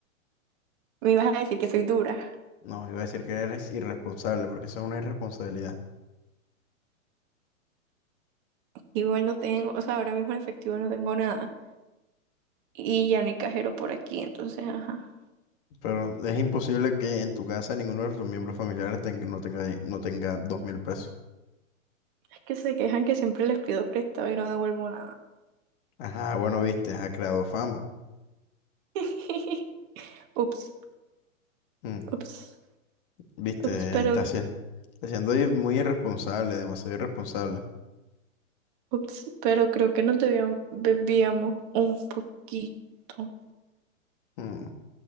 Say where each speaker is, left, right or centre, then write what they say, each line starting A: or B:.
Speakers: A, on the right; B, on the left.
A: Me ibas a decir que soy dura.
B: No, iba a decir que eres irresponsable, porque eso es una irresponsabilidad.
A: Igual no tengo, o sea, ahora mismo en efectivo no tengo nada. Y ya no hay cajero por aquí, entonces, ajá.
B: Pero es imposible que en tu casa ninguno de tus miembros familiares ten- no tenga, no tenga dos mil pesos.
A: Es que se quejan que siempre les pido prestado y no devuelvo nada.
B: Ajá, bueno, viste, ha creado fama.
A: <laughs> Ups,
B: Mm.
A: ups,
B: Viste,
A: ups, pero
B: está, haci- está siendo ir- muy irresponsable, demasiado irresponsable.
A: Ups, pero creo que nos debíamos, bebíamos un poquito.
B: Mm,